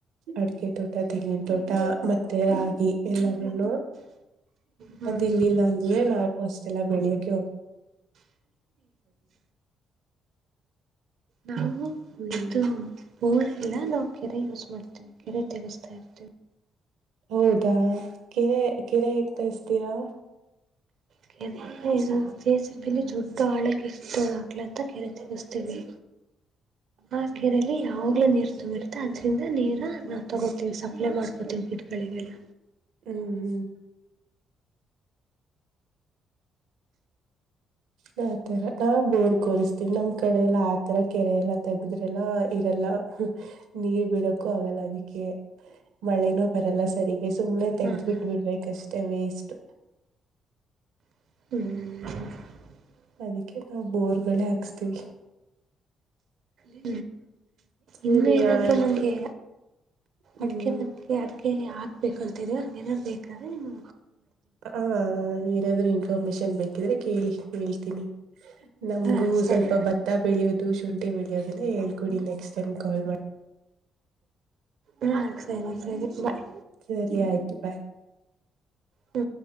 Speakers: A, on the right; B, on the right.
A: ಅಡಿಕೆ ತೋಟ ತೆಂಗಿನ ತೋಟ ಮತ್ತೆ ರಾಗಿ ಎಲ್ಲಾನ
B: ಹ್ಮ್
A: ಅದ ಇಲ್ಲಿಿಲ್ಲ ಅಂದ್ರೆ ನಾವು ಪೋಸ್ಲ್ಲ ಬೆಳಿಯಕ್ಕೆ ಹೋಗ
B: ನಾವು
A: ಹ್ಮ್
B: ಇು ಊರ್ಲ್ಲ ನಾವು ಕೆರೆ ಯೂಸ್ ಮಾಡ್ತೀವಿ ಕೆರೆ ತಗಸ್ತಾ ಇರ್ತೀವಿ
A: ಹೌದಾ ಕೆರೆ ಕೆರೆ ಹಗ್ ತ ಇಸ್ತೀರಾ
B: ಕೆ ಜೇಸಿಬಲ್ಲಿ ದೊಡ್ಡ ಆಳಕ್ಕೆ ತೋ ಹಾಕ್ಲ ಅಂತ ಕರೆ ತಗಸ್ತೀವಿ ಆ ಕೆರೆಯಲ್ಲಿ ಯಾವಾಗ್ಲ ನೀರ್ ತುಂಬಿರ್ತೆ ಅದ್ರಿಂದ ನೀರ ನಾವು ತಗೋತೀವಿ ಸಪ್ಲೈ ಮಾಡ್ಕೋತೀವಿ ಕಳಿಗೆಲ್ಲ
A: ಹ್ಮ್ ಹ್ಮ್ ಯ ತರ ಹಾ ಬ ಕರಿಸ್ತೀಿ ನಮ್ಮ್ ಕಡೆ ಎಲ್ಲ ಆ ತರ ಕೆರೆ ಎಲ್ಲ ತಗಿದ್ರೆಲ್ಲ ಇರಲ್ಲ ನೀರ್ ಬಿಡಕ್ಕೂ ಆಗಲ್ಲ ಅದಕ್ಕೆ ಮಳೆನೂ ಬರಲ್ಲ ಸರಿರಿಗೆ ಸುಮ್ನೆ ತೆಗ್ದ್ಬಿಟ್ಟ
B: ಹಾ ಹಾ
A: ಬಿಡ್ಬೇಕಷ್ಟೆ ಟೆಮೀಸ್ಟ್
B: ಹ್ಮ್
A: ಅದಕ್ಕೆ ನಾವು ಬೋರ್ ಗಳೇ ಹಾಕ್ಸ್ತೀವಿ
B: ಇ
A: ಸರಿ
B: ಇನ್ನು ಏನಾದ್ರು
A: ಆಯ್ತು
B: ನಂಗೆ
A: ಹ್ಮ್
B: ಅಡ್ಗೆ ಬಕ್ಕಿ ಅಡ್ಗೆ ಹಾಕ್ಬೇಕು ಅಲ್ತರಿ ಹಂಗೇನ್ ಬೇಕಂದ್ರೆ ನಿಮ್ಮ್
A: ಹ ಏನಾದ್ರು ಇನ್ಫಾರ್ಮೇಶನ್ ಬೇಕಿದ್ರೆ ಕೇಳಿ ಹೇಳ್ತೀನಿ ನಮಗೂ
B: ಹಾಂ ಸರಿ
A: ಸ್ವಲ್ಪ ಭತ್ತ ಬೆಳೋದು ಶುಂಠಿ ಬೆಳಿಯೋದೆಲ್ಲ ಹೇಳ್ಕೊಡಿ ನೆಕ್ಸ್ಟ್ ಕಲ್ ಮಾಡ
B: ಹಾ ಸರಿ ಸರಿ ಬಾಯ್
A: ಸರಿ ಆಯ್ತು ಬಾಯ್
B: ಹ